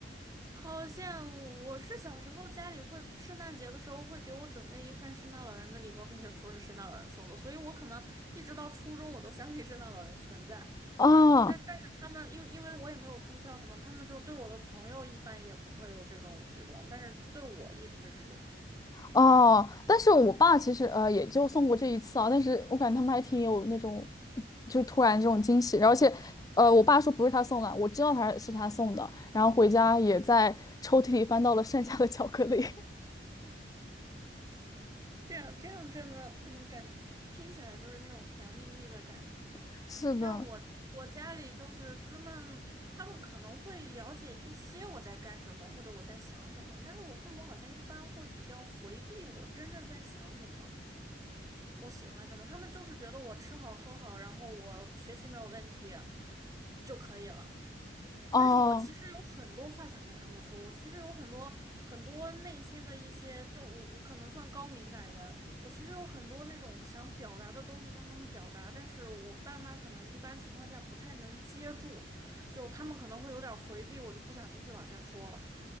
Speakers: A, on the right; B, on the left.
A: 好羡慕！我是小时候家里会圣诞节的时候会给我准备一份圣诞老人的礼包，并且说是圣诞老人送的，所以我可能一直到初中我都相信圣诞老人存在。
B: 哦，
A: 但但是他们因为因为我也没有住校什么，他们就是对我的朋友一般也不会有这种举动，但是对我一直是这样。
B: 哦，但是我爸其实呃也就送过这一次啊，但是我感觉他们还挺有那种，就是突然这种惊喜，而且，呃，我爸说不是他送的，我知道他是他送的，然后回家也在抽屉里翻到了剩下的巧克力。
A: 这样这样真的，<clears throat> 感觉听起来就是那种甜蜜蜜的感觉。
B: <laughs> 是的，
A: 但我我家里就是他们，他们可能会了解一些我在干什么或者我在想什么，但是我父母好像一般会比较回避我真正在想什么，我喜欢什么，他们就是觉得我吃好喝好，然后我学习没有问题就可以了。
B: 哦
A: 但是我其实有很多话想跟他们说，我其实有很多很多内心的一些，就是我我可能算高敏感人，我其实有很多那种想表达的东西向他们表达，但是我爸妈可能一般情况下不太能接住，就他们可能会有点儿回避，我就不想继续往下说了。